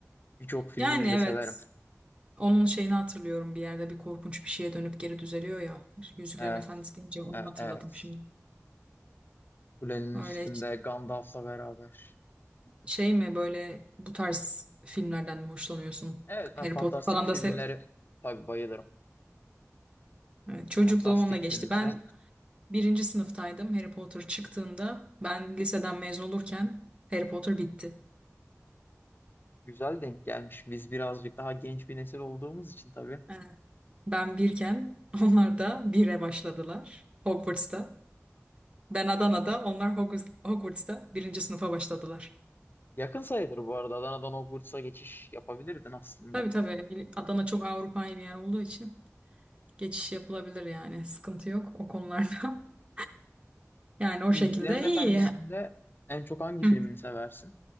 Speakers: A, on the left; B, on the right.
A: Birçok filmini
B: Yani evet
A: de severim.
B: onun şeyini hatırlıyorum bir yerde bir korkunç bir şeye dönüp geri düzeliyor ya. Yüzüklerin
A: Evet.
B: Efendisi deyince onu
A: E-
B: hatırladım
A: evet.
B: şimdi.
A: Kulenin
B: Öyle
A: üstünde Gandalf'la beraber.
B: Şey mi böyle bu tarz filmlerden mi hoşlanıyorsun?
A: Evet
B: Harry
A: ben fantastik
B: Potter falan
A: filmlere
B: da sev.
A: tabii bayılırım.
B: Evet, çocukluğum
A: Fantastik
B: onunla geçti.
A: filmlere.
B: Ben birinci sınıftaydım Harry Potter çıktığında. Ben liseden mezun olurken Harry Potter bitti.
A: Güzel denk gelmiş. Biz birazcık daha genç bir nesil olduğumuz için tabii.
B: Evet. Ben birken <laughs> onlar da bire başladılar Hogwarts'ta. Ben Adana'da onlar Hogwarts- Hogwarts'ta birinci sınıfa başladılar.
A: Yakın sayılır bu arada. Adana'dan Hogwarts'a geçiş yapabilirdin aslında.
B: Tabii tabii Adana çok Avrupa'yı bir yer olduğu için geçiş yapılabilir yani sıkıntı yok o konularda. <laughs> Yani o
A: Yüzüklerin
B: şekilde
A: Efendisi'nde
B: iyi.
A: en çok hangi
B: Hı.
A: filmini seversin?